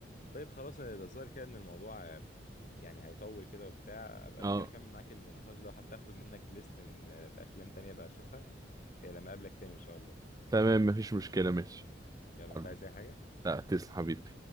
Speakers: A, on the left (about 45°); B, on the right (about 20°).
A: طيب خلاص ده الظاهر كده ان الموضوع آه، يعني هيطول كده وبتاع ابقى
B: اه
A: ممكن اكمل معاك النقاش ده وحتى اخد منك ليست من آه، بافلام تانية بقى اشوفها آه، لما اقابلك تاني ان شاء الله
B: تمام مفيش مشكلة ماشي
A: يلا انت
B: حبيبي.
A: عايز اي حاجة
B: لا تسلم حبيبي